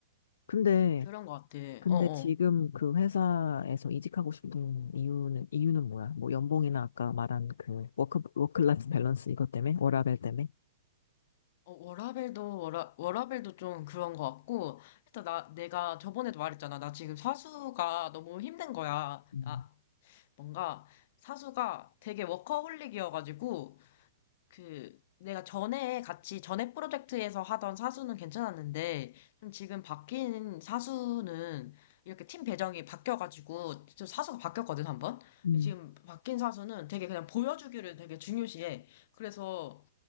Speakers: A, on the left; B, on the left.
A: 근데,
B: 그런 것 같아.
A: 근데
B: 어, 어.
A: 지금 그 회사에서 이직하고 싶은 이유는, 이유는 뭐야? 뭐 연봉이나 아까 말한 그 워크, 워크라이프 밸런스 이것 때문에? 워라밸 때문에?
B: 어, 워라밸도, 워라, 워라밸도 좀 그런 것 같고, 일단 나, 내가 저번에도 말했잖아. 나 지금 사수가 너무 힘든 거야.
A: 음.
B: 나, 뭔가, 사수가 되게 워커홀릭이어가지고, 그, 내가 전에 같이, 전에 프로젝트에서 하던 사수는 괜찮았는데, 좀 지금 바뀐 사수는, 이렇게 팀 배정이 바뀌어가지고, 좀 사수가 바뀌었거든, 한 번?
A: 음.
B: 지금 바뀐 사수는 되게 그냥 보여주기를 되게 중요시해. 그래서,